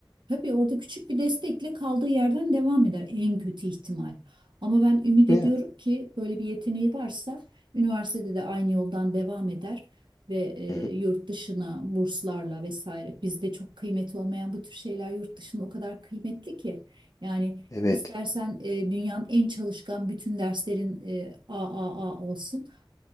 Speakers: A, on the right (about 65°); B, on the left (about 40°).
A: tabii orada küçük bir destekle kaldığı yerden devam eder en kötü ihtimal. Ama ben ümit
B: Yani.
A: ediyorum ki böyle bir yeteneği varsa üniversitede de aynı yoldan devam eder ve e,
B: Hı hı.
A: yurt dışına burslarla vesaire bizde çok kıymeti olmayan bu tür şeyler yurt dışında o kadar kıymetli ki yani
B: Evet.
A: istersen e, dünyanın en çalışkan bütün derslerin e, A A A olsun